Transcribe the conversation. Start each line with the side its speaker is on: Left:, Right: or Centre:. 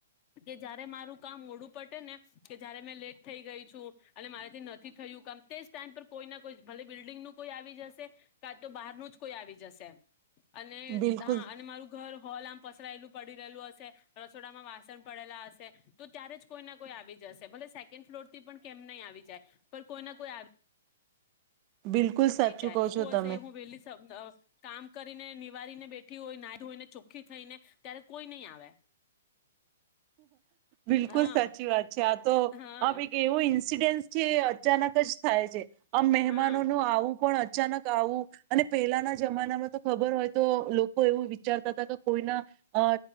Left: કે જયારે મારું કામ મોડું પટે ને કે જયારે મેં લેટ થઈ ગઈ છું અને મારેથી નથી થયું કામ તે જ ટાઈમ પર કોઈ ના કોઈ ભલે બિલ્ડિંગ નું કોઈ આવી જશે કા તો બહાર ન જ કોઈ આવી જશે. અને
Right: બિલકુલ
Left: હા અને મારું ઘર હોલ આમ. પસરાયેલું પડી રહેલું હશે રસોડામાં વાસણ પડેલા હશે તો ત્યારે જ કોઈ ના કોઈ આવી જાય ભલે સેકન્ડ ફ્લોર થી પણ કેમ નહી આવી જાય પણ કોઈ ના કોઈ આવી.
Right: બિલકુલ સાચું
Left: આવી જાય
Right: કહો
Left: હું
Right: છો તમે
Left: હશે હું વેલી કામ કરી. ને નિવારીને બેઠી હોય નાઈધોઈને ચોખ્ખી થઈને ત્યારે કોઈ નહી આવે.
Right: બિલકુલ
Left: હા
Right: સાચી વાત છે આ તો
Left: હા
Right: આપ એક એવું ઇન્સિડેન્. જે અચાનક જ થાય છે. આમ મહેમાનો
Left: હા
Right: નું આવું પણ. અચાનક આવું અને. પેલાના જમાનામાં તો ખબર હોય. તો લોકો એવું વિચારતા હતા કે કોઈના અ